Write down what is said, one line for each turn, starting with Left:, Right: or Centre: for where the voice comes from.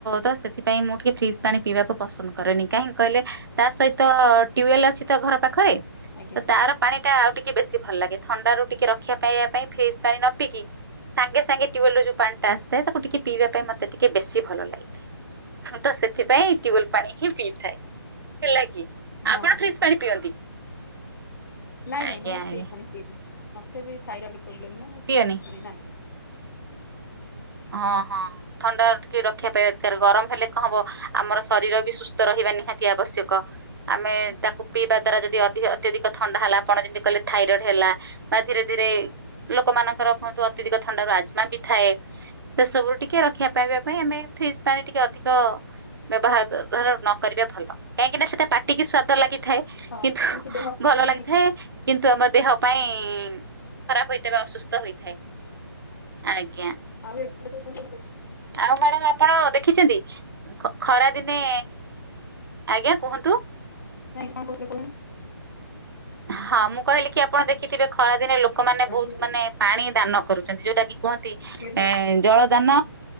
Right: ତ ସେଥିପାଇଁ ମୁଁ ଟିକେ ଫ୍ରିଜ ପାଣି ପିଇବାକୁ ପସନ୍ଦ କରେନି କାହିଁକି କହିଲେ? ତା ସହିତ ଟ୍ୟୁୱେଲ ଅଛି ତ ଘର ପାଖରେ।
Left: ଆଜ୍ଞା
Right: ତାର ପାଣି ଟା ଆଉ ଟିକେ ବେଶୀ ଭଲ ଲାଗେ। ଥଣ୍ଡା ରୁ ଟିକେ ରକ୍ଷିବା ପାଇବା ପାଇଁ ଫ୍ରିଜ୍ ପାଣି ନ ପିଇକି ସାଙ୍ଗେ ସାଙ୍ଗେ ଟ୍ୟୁବଲ ର ଯୋଉ ପାଣି ଟା ଆସିଥାଏ ତାକୁ ଟିକେ ପିଇବା ପାଇଁ ମତେ ଟିକେ ବେଶି ଭଲ ଲାଗେ। ତ ସେଥିପାଇଁ ଟ୍ୟୁବଲ ପାଣି ହିଁ ପିଇଥାଏ। ହେଲା କି
Left: ହଁ
Right: ଆପଣ
Left: ହଁ
Right: ଫ୍ରୀଜ୍ ପାଣି ପିଅନ୍ତି।
Left: ନାଇଁ
Right: ଆଜ୍ଞା
Left: ନାଇଁ ମୁଁ
Right: ଆଜ୍ଞା
Left: ଫ୍ରିଜିର ପାଣି ପିଏନି। ମତେ ବି ଥାଇରଏଡ ପ୍ରୋବ୍ଲେମ୍ ନାଁ ଫିଜ୍
Right: ପିଅନି
Left: ପାଣି ନାହିଁ
Right: ହଁ, ହଁ ଥଣ୍ଡା ଟିକେ ରଖିବା ପାଇଁ ଦରକାର ଗରମ ହେଲେ କଣ ହବ ଆମର ଶରୀର ବି ସୁସ୍ଥ ରହିବା ନିହାତି ଆବଶ୍ୟକ ଆମେ
Left: ହଁ।
Right: ତାକୁ ପିଇବା ଦ୍ଵାରା ଯଦି ଅଧିକ ଅତ୍ୟାଧିକ ଥଣ୍ଡା ହେଲା ଆପଣଯେମିତି କହିଲେ ଥାଇରଏଡ ହେଲା ବା ଧୀରେ ଧୀରେ ଲୋକମାନଙ୍କର କୁହନ୍ତୁ ଅତ୍ୟଧିକ ଥଣ୍ଡା ର ରାଜମା ବି ଥାଏ ସେସବୁ ଟିକେ ରଖିବା ପାଇବା ପାଇଁ ଆମେ ଫ୍ରିଜ୍ ପାଣି ଟିକେ ଅଧିକ ବ୍ୟବହାର ନ କରିବେ ଭଲ କାହିଁକିନା ସେଟା ପାଟିକି ସ୍ଵାଦ ଲାଗିଥାଏ।
Left: ହଁ
Right: କିନ୍ତୁ
Left: ଦେହ
Right: ଭଲ
Left: ପାଇଁ
Right: ଲାଗିଥାଏ। କିନ୍ତୁ ଆମ ଦେହ ପାଇଁ ଖରାପ ହେଇଥାଏ। ବା ଅସୁସ୍ଥ ହୋଇଥାଏ। ଆଜ୍ଞା।
Left: ଆମେ କଣ ପଚାରିବୁ?
Right: ଆଉ ମ୍ୟାଡ଼ାମ ଆପଣ ଦେଖିଛନ୍ତି କି? ଖରା ଦିନେ ଆଜ୍ଞା କୁହନ୍ତୁ?
Left: କାଇ କଣ କହିଥିଲେ <unintelligible>
Right: ହଁ ମୁଁ କହିଲି କି ଆପଣ ଦେଖିଥିବେ ଖରାଦିନେ ଲୋକମାନେ
Left: କହୁନାହାନ୍ତି?
Right: ବହୁତ ମାନେ ପାଣି ଦାନ କରୁଛନ୍ତି। ଯୋଉଟା କି କୁହନ୍ତି
Left: ଦି
Right: ଏ ଜଳ ଦାନ